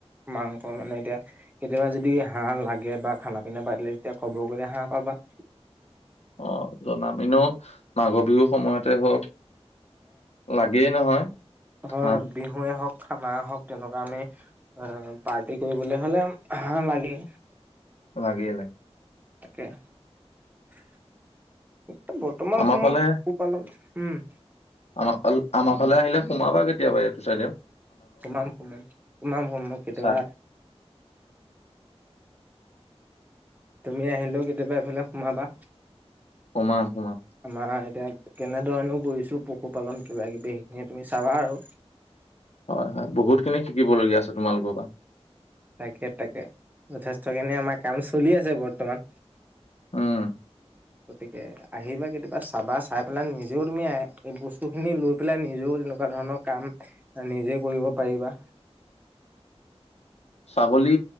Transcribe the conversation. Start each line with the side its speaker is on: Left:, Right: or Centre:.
Right: মাংস মানে এতিয়া কেতিয়াবা যদি হাঁহ লাগে বা খানা পিনা পাতিলে তেতিয়া খবৰ কৰিলে হাঁহ পাবা
Left: অ জনাম এনেও মাঘৰ বিহুৰ সময়তে হওক লাগেই নহয়
Right: অ
Left: হাঁহ
Right: বিহুৱে হওক কাবা হওক তেনেকুৱা আমি এ পাৰ্টি কৰিবলৈ হলে হাঁহ লাগে।
Left: লাগেই।
Right: তাকে। এয়া বৰ্তমান
Left: আমাৰ
Right: সময়ত
Left: ফালে
Right: পোপালন। উম।
Left: আমাৰ ফাল আমাৰ ফালে আহিলে ।সোমাবা কেতিয়াবা এইটো চাইডে।
Right: সোমাম সোমাম সোমামসম কেতেবা।
Left: চা
Right: তুমি আহিলেও কেতিয়াবা এফালে সোমাবা।
Left: সোমাম সোমাম।
Right: আমাৰ এতিয়া কেনেধৰণও কৰিছে। পশুপালন কিবা কিবি সেইখিনিয়ে তুমি চাবা আৰু।
Left: হয় হয় বহুত খিনি শিকিবলগীয়া আছে তোমালোকৰ পৰা।
Right: তাকে তাকে। যথেষ্টখিনি আমাৰ কাম চলি আছে বৰ্তমান।
Left: উম।
Right: গতিকে আহিবা কেতিয়াবা চাবা চাই পেলাই নিজেও তুমি এই বস্তুখিনি লৈ পেলাই নিজেও এনেকুৱা ধৰণৰ কাম নিজে কৰিব পাৰিবা।
Left: ছাগলী